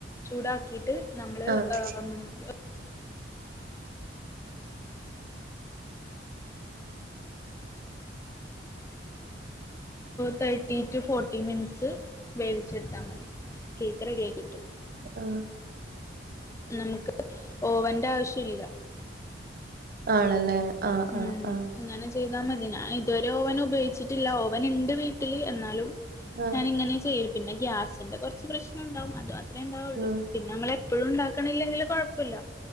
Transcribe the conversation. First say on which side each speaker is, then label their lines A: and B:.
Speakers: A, on the left; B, on the right.
A: ചൂടാക്കിയിട്ട്. നമ്മള്
B: ആ, ആ,
A: ഏം നമ്മള് തേർട്ടി ടു ഫോർട്ടി മിനിറ്റ്സ് വേവിച്ചെടുത്താ മതി കേക്ക് റെഡിയായി കിട്ടും.
B: ആഹ്
A: നമുക്ക് ഓവന്റാവിശ്യല്ല.
B: ആണല്ലേ? ആ,
A: ഉം
B: ആ, ആ,
A: ഇങ്ങനെ ചെയ്താ മതി ഞാ ഇതുവരെ ഓവനുപയോഗിച്ചിട്ടില്ല ഓവന്ണ്ട് വീട്ടില് എന്നാലും
B: ആ,
A: ഞാനിങ്ങനെ ചെയ്യാ ചെയ്യല് പിന്നെ ഗ്യാസിന്റെ കൊറച്ച് പ്രശ്നൊണ്ടാവും അത് മാത്രമേണ്ടാവൊള്ളൂ
B: ആ.
A: പിന്നെ നമ്മളെപ്പളുണ്ടാ ക്ക്ണില്ലെങ്കില് കൊഴപ്പല്ല.